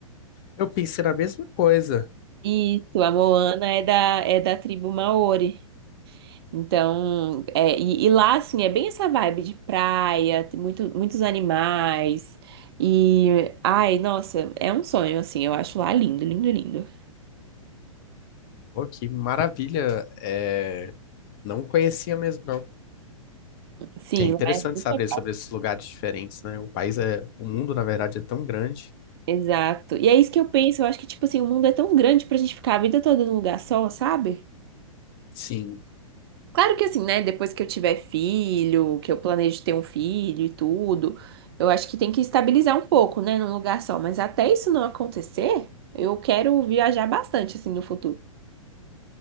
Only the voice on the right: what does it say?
Isso, a Moana é da, é da tribo Maori. Então, é, e, e lá, assim, é bem essa vibe de praia, tem muito, muitos animais. E, ai, nossa, é um sonho, assim, eu acho lá lindo, lindo, lindo.
Sim,
lá é super
legal.
Exato. E é isso que eu penso, eu acho que, tipo assim, o mundo é tão grande pra gente ficar a vida toda num lugar só, sabe?
Claro que, assim, né, depois que eu tiver filho, que eu planejo ter um filho e tudo, eu acho que tem que estabilizar um pouco, né, num lugar só. Mas até isso não acontecer, eu quero viajar bastante, assim, no futuro.